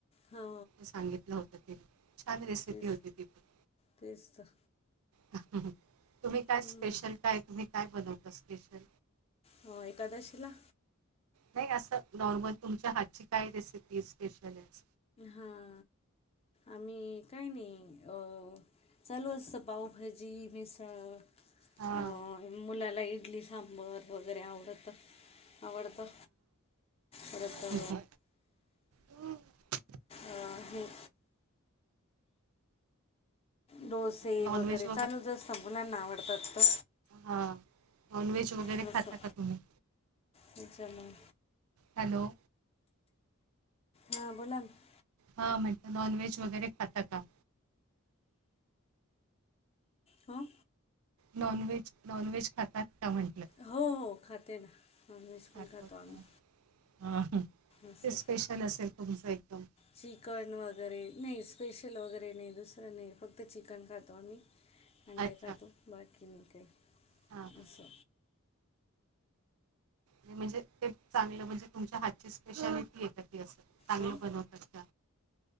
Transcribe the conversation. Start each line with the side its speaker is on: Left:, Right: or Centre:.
Left: हो
Right: सांगितलं होत. छान रेसिपी
Left: तेच
Right: होती ति पण.
Left: तेच तर
Right: हो तुम्ही काय
Left: हम्म.
Right: स्पेशल काय? तुम्ही काय बनवता स्पेशल.
Left: हो एकादशीला?
Right: नाही असं नॉर्मल तुमच्या हातची काय रेसिपी हे स्पेशलच.
Left: हां आम्ही काही नाही अ. चालू असतं पावभजी, मिसळ.
Right: हां.
Left: अ मुलाला इडली सांबर व वगैरे आवडत-आवडतं परत. <inaudible>
Right: हो, हो. अ,
Left: अं हे! डोसे
Right: नॉनव्हेज
Left: वगैरे चालूच असतं मुलांना आवडतात तं.
Right: हा नॉनव्हेज वगैरे
Left: जसं
Right: खाता का तुम्ही?
Left: त्याच्यामुळे
Right: हॅलो!
Left: हां बोला ना!
Right: हं म्हंटल नॉनव्हेज वगैरे खाता का?
Left: हं!
Right: नॉनव्हेज, नॉनव्हेज खातात का म्हटलं?
Left: हो हो खाते ना नॉन व्हेज
Right: खातात
Left: पण खातो आम्ही
Right: का? हां.
Left: असं.
Right: <unintelligible> असेल तुमचं एकदम.
Left: चिकन वगैरे नाही स्पेशल वगैरे नाही दुसरं नाही, फक्त चिकन खातो आम्ही. अंडे
Right: अच्छा.
Left: खातो बा बाकी कि मग काय
Right: हां, हां,
Left: असं.
Right: नाही म्हणजे एक चांगलं म्हणजे तुमच्या हातची स्पेशालिटी हे का ती अस चांगलं
Left: हं?
Right: बनवतात.